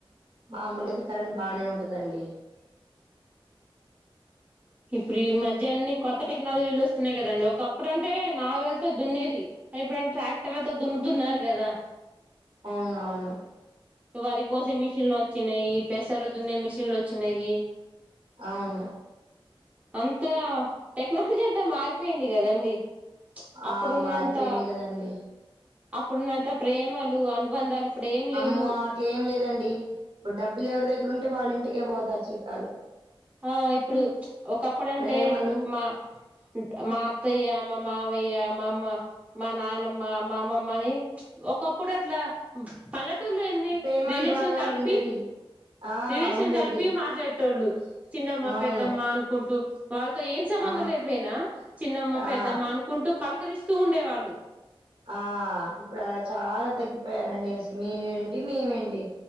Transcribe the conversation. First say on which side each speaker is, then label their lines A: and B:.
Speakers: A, on the right (about 65°); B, on the right (about 15°).
A: మామలుగా అయితే కరెంట్ బానే ఉంటదండి
B: ఇప్పుడు ఈ మధ్యన్ని కొత్త టెక్నాలజీలు వస్తున్నాయి కదండి ఒకప్పుడు అంటే నాగ వెళ్తే దున్నేది ఇప్పుడు ట్రాక్టర్లతో దున్నుతున్నారు కదా
A: అవును అవును
B: వారి కోసే మిషన్లు వచ్చినాయి పెసాలు దున్నే మిషన్లు వచ్చినాయి
A: అవును
B: అంతా టెక్నాలజీ అంతా మారిపోయింది కదాండి అప్పుడున్నంత
A: ఆ! మారిపోయింది గదండీ.
B: అప్పుడున్నంత ప్రేమలు అనుబంధాలు ఇప్పుడు ఏం లేవు
A: మ్మో అట్లు ఏం లేదండి ఇప్పుడు డబ్బులు ఎవరి దగ్గర ఉంటే వాళ్ళింటికే పోతారు చుట్టాలు
B: ఆ ఇప్పుడు
A: హ్మ్.
B: ఒకప్పుడు అంటే
A: ప్రేమలు,
B: మా మా అత్తయ్య మా మావయ్య మా అమ్మ మా నానమ్మ మా అమ్మమ్మని ఒకప్పుడు అట్లా పలక్ ట్టులేంది
A: ప్రేమానురాగాలుండేటియి.
B: రిలేషన్ కలిపి
A: ఆ!
B: రిలేషన్
A: ఉండేటియి.
B: కలిపి మాట్లాడ్ ట్టోళ్ళు చిన్నమ్మ
A: అవును.
B: పెద్దమ్మ అనుకుంటూ వాళ్ళతో ఏం సంబంధం
A: ఆ!
B: లేపోయినా చిన్నమ్మ పెద్దమ్మ
A: ఆ!
B: అనుకుంటూ పలకరిస్తూ ఉండేవాళ్ళు
A: ఆ ఇప్పుడు అలా చాలా తగ్గిపోయారండి అసలు మీరేంటి మేమేంటి